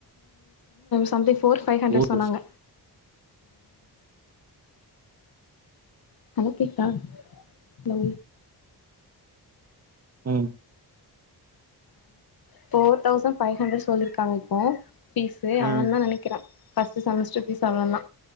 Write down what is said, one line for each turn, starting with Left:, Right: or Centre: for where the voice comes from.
Left: something four five hundred
Right: ஊரு
Left: சொன்னாங்க ஹலோ கேக்குதா ஹலோ
Right: ம்
Left: ஃபோர் தசன்ட் பைவ் ஹன்டர் சொல்லிருக்காங்க பீஸு
Right: ம்
Left: அவே தா நெனைக்கிறே ஃபர்ஸ்ட்டு செமஸ்டர் பீஸ் அவ்ளோ தா